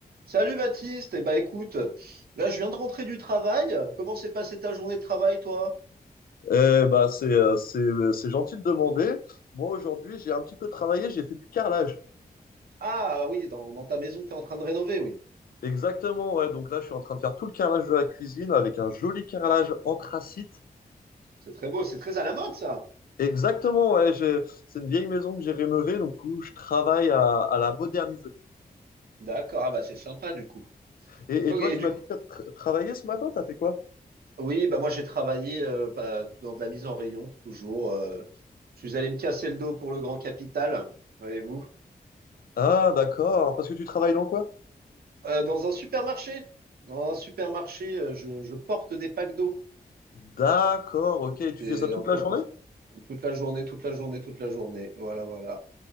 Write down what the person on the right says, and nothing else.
Salut Baptiste, et ben écoute, là je viens de rentrer du travail. Comment s'est passée ta journée de travail, toi?
Ah oui, dans, dans ta maison que tu es en train de rénover, oui.
C'est très beau, c'est très à la mode ça.
D'accord, ah bah c'est sympa du coup.
Ok,
et
du
coup,
oui, bah moi j'ai travaillé euh, bah, dans de la mise en rayon, toujours. euh, je suis allé me casser le dos pour le grand capital, voyez-vous.
Euh, dans un supermarché, dans un supermarché, euh, je, je porte des packs d'eau.
C'est
en quoi
que- toute la journée, toute la journée, toute la journée. Voilà, voilà.